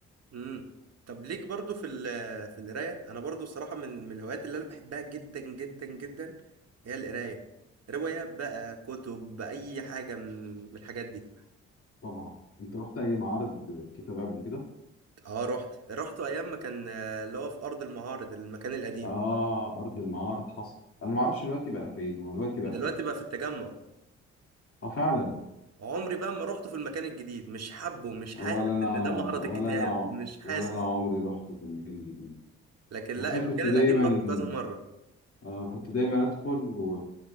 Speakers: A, on the right; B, on the left.
A: امم طب ليك برضو في ال- في القرايه انا برضو الصراحه من من الهوايات اللي انا بحبها جدا جدا جدا هي القرايه روايات بقى كتب اي حاجه من من الحاجات دي
B: طبعا انت رحت اي معارض كتاب قبل كده
A: اه رحت رحت ايام ما كان آه، اللي هو في ارض المعارض المكان القديم
B: اه ارض المعارض حصل انا ما اعرفش دلوقتي بقى فين هو دلوقتي بقى
A: دلوقتي
B: فين
A: بقى في التجمع
B: اه فعلا
A: عمري بقى ما رحت في المكان الجديد مش حابه مش
B: ولا
A: حاسس
B: انا
A: ان ده معرض
B: ولا
A: الكتاب
B: انا
A: مش حاسس
B: ولا انا عمري رحت في المكان الجديد
A: لكن
B: بس
A: لا
B: انا
A: المكان
B: كنت دايما
A: القديم رحته كذا مره
B: آه كنت دايما ادخل و...